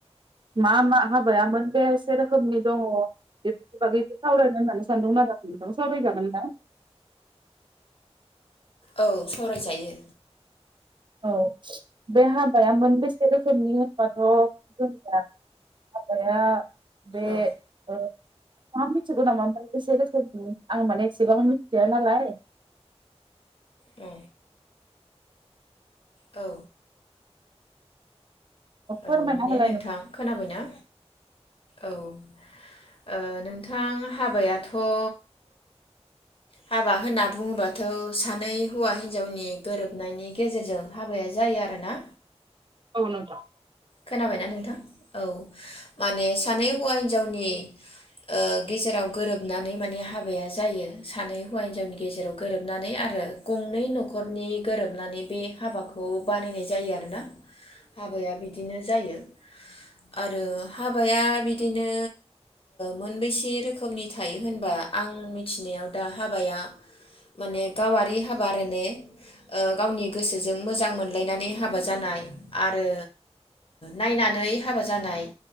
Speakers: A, on the right; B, on the left.
A: मा मा हाबायामोन बेसे रोखोमनि दङ बेफोरनि बागै एसे सावरायनो होननानै सानदोंमोन आरो नोंथां सावरायजागोन ना
B: औ सावरायजायो
A: औ बे हाबाया मोनबेसे रोखोमनि होनबाथ' जोंनिया हाबाया बे
B: औ
A: नोंथाङा मिथिगौ नामा माने बेसे रोखोम आं माने एसेबां मिथिया नालाय
B: औ औ औ
A: फोरमायना
B: माने
A: होलाय
B: नोंथां
A: नों
B: खोनाबायना औ ओ नोंथां हाबायाथ'ओ हाबा होनना बुङोबाथ' सानै हौवा हिन्जावनि गोरोबनायनि गेजेरजों हाबाया जायो आरोना
A: औ नोंथां
B: खोनाबायना नोंथां औ माने सानै हौवा हिनजावनि ओ गेजेराव गोरोबनानै माने हाबाया जायो सानै हौवा हिनजावनि गेजेराव गोरोबनानै आरो गंनै न'खरनि गोरोबनानै बे हाबाखौ बानायनाय जायो आरोना हाबाया बि जायो आरो हाबाया बिदिनो मोनबेसे रोखोमनि थायो होनबा आं मिथिनायाव दा हाबाया माने गावारि हाबा आरो ने गावनि गोसोजों मोजां मोनलायनानै हाबा जानाय आरो नायनानै हाबा जानाय